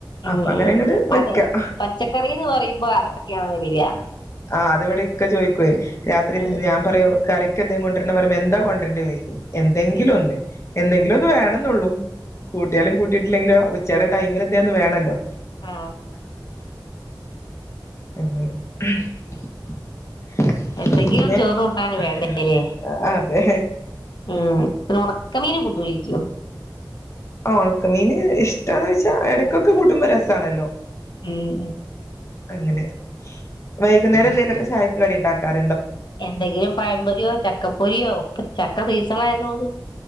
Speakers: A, on the left; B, on the left.
A: ഉം
B: അപ്പൊ അങ്ങനെ
A: ഉം
B: അങ്ങട് വെക്ക
A: അതെ പച്ചക്കറി എന്ന് പറയുമ്പോ അതൊക്കെയാണ് വരിക
B: ആ അത് ഇവിടെ ഇക്ക ചോദിക്കുവേ രാത്രി
A: ഉം
B: ഞാൻ പറയു കറിക്ക് എന്തെങ്കിലും കൊണ്ട് വരണമെന്ന് പറയുമ്പോ എന്താ കൊണ്ട് വരണ്ടേ എന്ന് ചോദിക്കും എന്തെങ്കിലും
A: ഉം
B: ഒന്ന് എന്തെങ്കിലും ഒന്ന് വേണമെന്നേയുള്ളൂ കൂട്ടിയാലും, കൂട്ടിയിട്ടില്ലെങ്കിലും ചില ടൈമിലൊക്കെ അത് വേണമല്ലോ
A: ആ
B: <unintelligible>
A: എന്തെങ്കിലും ചോറ് കൂട്ടാന് വേണ്ടേല്ലേ
B: അതേ
A: ഉം പിന്നെ ഉണക്കമീന് കൂട്ടൂലേയ്ക്കോ
B: ഉണക്ക മീന് എന്താലെന്നു വച്ചാ ഇടയ്ക്കൊക്കെ കൂട്ടുന്നത് രസാണല്ലോ
A: ഉം
B: <unintelligible> ഉപയോഗിക്കുന്നവരൊക്കെ
A: ഉം
B: ശാരീ <unintelligible>
A: എന്തെങ്കിലും. പഴം പൊരിയോ ചക്ക പൊരിയോ ചക്ക സീസൺ ആയതു കൊണ്ട്